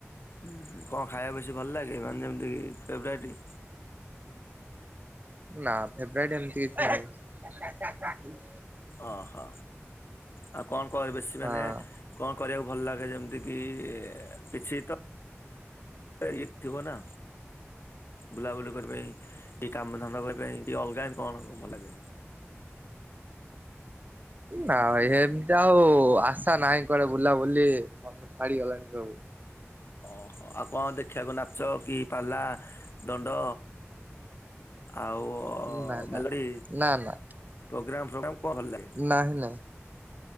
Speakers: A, on the left (about 55°); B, on the right (about 35°).
A: ହୁଁ, କଣ ଖାଇବାକୁ ବେଶୀ ଭଲ ଲାଗେ ମାନେ ଯେମିତିକି ଫେବରାଇଟ୍।
B: ନା ପେବ୍ରଟ ଏମତି କିଛି ନାହିଁ।
A: ଓହୋ ଆଉ କଣ କହ ବେଶି ମାନେ।
B: ହଁ
A: କଣ କରିବାକୁ ଭଲ ଲାଗେ ଯେମିତି କି କିଛି ତ। ଇଏ ଥିବ ନା ବୁଲାବୁଲି। କି କାମଧନ୍ଦା କରିବା ପାରି କି ଅଲଗାନ କଣ ମାନେ।
B: ନା ଏମିତି ଆଉ ଆଶା ନାହିଁ କୁଆଡେ ବୁଲା ବୁଲି ମନ ଛାଡିଗଲାଣି ସବୁ।
A: ଓ ହୋ ଆଉ କଣ ଦେଖିବାକୁ ନାଚ କି ପାଲା ଦଣ୍ଡ। ଆଉ
B: ନା ନା
A: ମେଲୋଡି
B: ନା ନା
A: ପ୍ରୋଗ୍ରାମ ଫୋଗ୍ରାମ। କଣ ଭଲ ଲାଗେ?
B: ନାହିଁ ନାଇଁ।